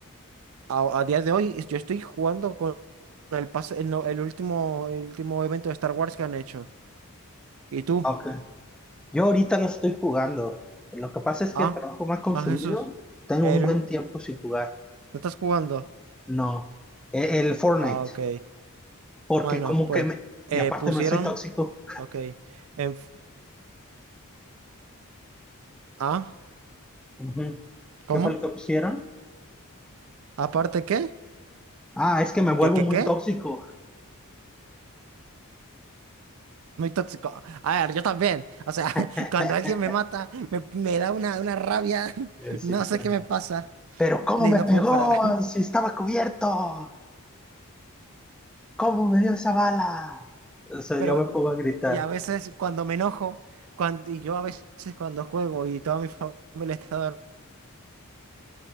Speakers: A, on the right; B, in the centre.
A: a, a día de hoy, es- yo estoy jugando con el pase, el, no- el último, el último evento de Star Wars que han hecho. ¿Y tú?
B: ok. Yo ahorita no estoy jugando. Lo que pasa es que
A: Ah,
B: el trabajo me ha consumido.
A: ah, Jesús.
B: Tengo
A: El,
B: un buen
A: ul-
B: tiempo sin jugar.
A: ¿no estás jugando?
B: No, e- el Fortnite,
A: Ah, ok.
B: porque
A: Bueno,
B: como
A: pues
B: que me...
A: eh,
B: Y aparte
A: pusieron,
B: me soy tóxico.
A: ok. en- Ah,
B: Ujú.
A: ¿cómo?
B: ¿Qué fue lo que pusieron?
A: ¿Aparte qué?
B: Ah, es que me vuelvo
A: ¿Qué, qué,
B: muy
A: qué?
B: tóxico.
A: Muy tóxico. A ver, yo también. O sea, <laughs>
B: <laughs>
A: cuando alguien me mata, me, me da una, una rabia. <laughs>
B: Eh, Sí,
A: No
B: todavía.
A: sé qué me pasa.
B: Pero ¿cómo
A: Ni
B: me
A: no
B: pegó
A: puedo parar. <laughs>
B: si estaba cubierto? ¿Cómo me dio esa bala? O sea,
A: Pero,
B: yo me pongo a gritar.
A: y a veces cuando me enojo, cuando, y yo a veces cuando juego y toda mi familia está